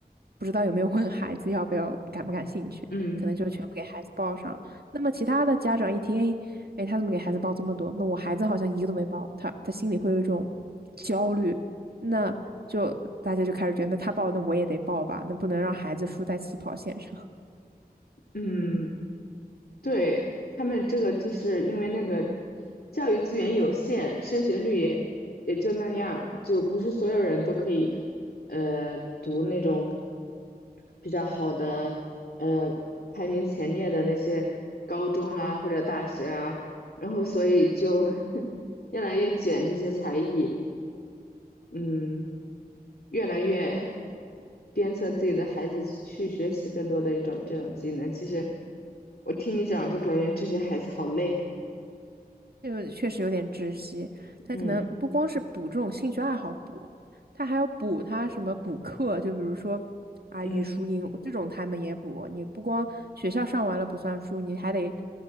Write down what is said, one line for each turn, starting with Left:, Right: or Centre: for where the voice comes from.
Right: 不知道有没有问孩子要不要感不感兴趣，
Left: 嗯
Right: 可能就全部给孩子报上。那么其他的家长一听，哎，哎，他怎么给孩子报这么多？那我孩子好像一个都没报，他他心里会有一种焦虑，那就大家就开始觉得，那他报，那我也得报吧，那不能让孩子输在起跑线上，
Left: 嗯。对，他们这个就是因为那个教育资源有限，升学率也也就那样，就不是所有人都可以呃读那种比较好的呃排名前列的那些高中啊或者大学啊，然后所以就 <laughs> 越来越卷这些才艺，嗯。越来越鞭策自己的孩子去学习更多的一种这种技能。其实我听你讲，就感觉这些孩子好累。
Right: <laughs> 这个确实有点窒息。他可能不光是补这种兴趣爱好补，
Left: 嗯
Right: 他还要补他什么补课，就比如说啊语数英这种他们也补，
Left: 嗯
Right: 你不光学校上完了不算数，你还得